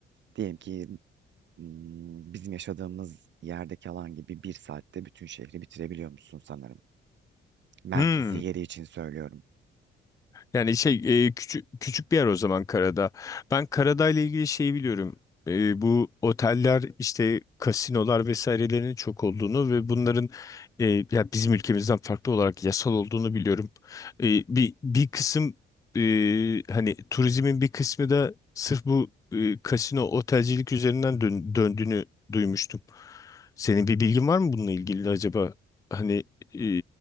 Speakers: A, on the right (about 65°); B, on the left (about 15°).
A: diyelim ki hmm, bizim yaşadığımız yerdeki alan gibi bir saatte bütün şehri bitirebiliyor musun sanırım. Merkezi
B: Hmm.
A: yeri için söylüyorum.
B: Yani şey e, küçük küçük bir yer o zaman Karadağ. Ben Karadağ ile ilgili şeyi biliyorum. E, bu oteller işte kasinolar vesairelerinin çok olduğunu ve bunların e, ya bizim ülkemizden farklı olarak yasal olduğunu biliyorum. E, bir bir kısım e, hani turizmin bir kısmı da sırf bu e, kasino otelcilik üzerinden dön- döndüğünü duymuştum. Senin bir bilgin var mı bununla ilgili acaba? Hani e,